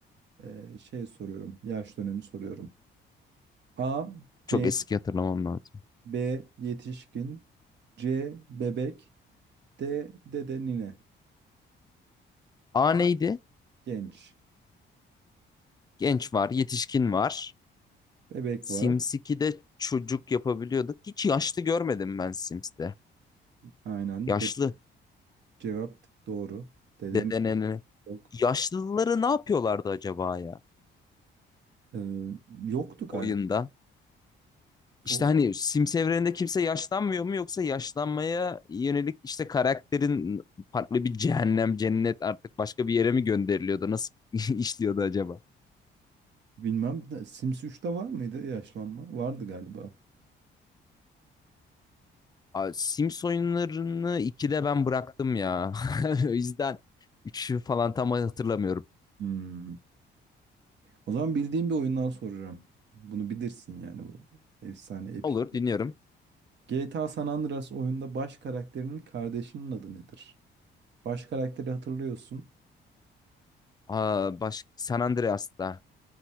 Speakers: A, on the right; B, on the left.
A: e, şey soruyorum. Yaş dönemi soruyorum. A. Genç
B: Çok eski hatırlamam lazım.
A: B. Yetişkin C. Bebek D. Dede nine.
B: A neydi?
A: Genç.
B: Genç var, yetişkin var.
A: Bebek
B: Sims
A: var.
B: 2'de çocuk yapabiliyorduk. Hiç yaşlı görmedim ben Sims'te.
A: Aynen.
B: Yaşlı.
A: De- cevap doğru. Deden
B: Dede
A: yok.
B: Yaşlıları ne yapıyorlardı acaba ya
A: Ee, yoktu galiba.
B: oyunda? İşte
A: O
B: hani Sims evreninde kimse yaşlanmıyor mu yoksa yaşlanmaya yönelik işte karakterin farklı bir cehennem, cennet artık başka bir yere mi gönderiliyordu? Nasıl <laughs> işliyordu acaba?
A: Bilmem de Sims 3'te var mıydı yaşlanma? Vardı galiba.
B: Aa, Sims oyunlarını 2'de ben bıraktım ya. <laughs> O yüzden üçü falan tam hatırlamıyorum.
A: Hmm. O zaman bildiğim bir oyundan soracağım. Bunu bilirsin yani bu efsane epik.
B: Olur dinliyorum.
A: GTA San Andreas oyunda baş karakterinin kardeşinin adı nedir? Baş karakteri hatırlıyorsun.
B: Aa, baş... San Andreas'ta.